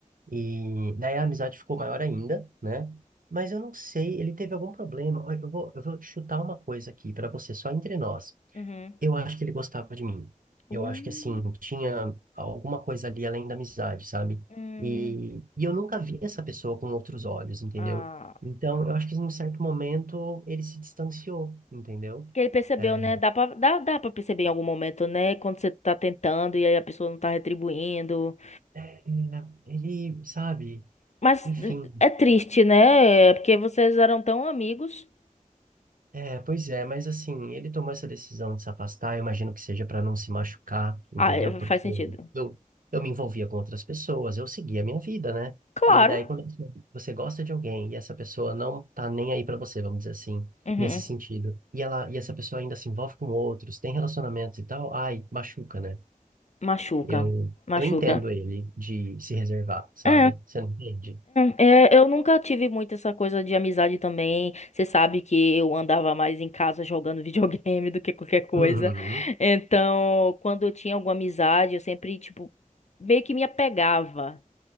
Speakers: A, on the right; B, on the left.
A: e daí a amizade ficou maior ainda, né? Mas eu não sei, ele teve algum problema. Olha, Eu vou, eu vou chutar uma coisa aqui para você, só entre nós.
B: Uhum.
A: Eu acho que ele gostava de mim.
B: Uh,
A: Eu acho que, assim, tinha alguma coisa ali além da amizade, sabe?
B: hum,
A: E, e eu nunca vi essa pessoa com outros olhos, entendeu?
B: ah.
A: Então, eu acho que em um certo momento ele se distanciou, entendeu?
B: Porque ele percebeu,
A: É,
B: né? Dá pra, dá, dá pra perceber em algum momento, né? Quando você tá tentando e aí a pessoa não tá retribuindo.
A: é, ele, sabe?
B: Mas
A: Enfim,
B: é triste, né? é Porque vocês eram tão amigos.
A: É, pois é, mas assim, ele tomou essa decisão de se afastar, eu imagino que seja para não se machucar, entendeu?
B: Ah, é,
A: Porque
B: faz sentido.
A: eu, eu me envolvia com outras pessoas, eu seguia a minha vida, né?
B: Claro.
A: E daí, quando você você gosta de alguém e essa pessoa não tá nem aí para você, vamos dizer assim,
B: Uhum.
A: nesse sentido, e ela, e essa pessoa ainda se envolve com outros, tem relacionamentos e tal, ai, machuca, né?
B: Machuca.
A: Eu,
B: Machuca.
A: eu entendo ele de se reservar, sabe?
B: É,
A: Você não entende?
B: é, é, eu nunca tive muito essa coisa de amizade também. Você sabe que eu andava mais em casa jogando videogame <laughs> do que qualquer coisa.
A: Uhum,
B: Então, quando eu tinha alguma amizade, eu sempre, tipo, meio que me apegava.